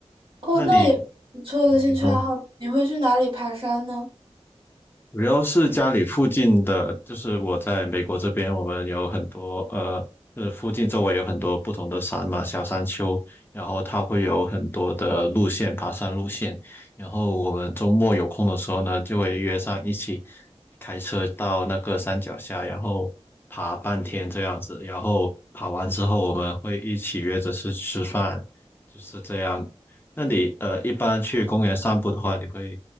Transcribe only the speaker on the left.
那你，
你说？
主要是家里附近的，就是我在美国这边，我们有很多呃，呃，附近周围有很多不同的山嘛，小山丘，然后它会有很多的路线，爬山路线，然后我们周末有空的时候呢，就会约上一起开车到那个山脚下，然后爬半天这样子，然后爬完之后，我们会一起约着去吃饭，就是这样。那你呃，一般去公园散步的话，你会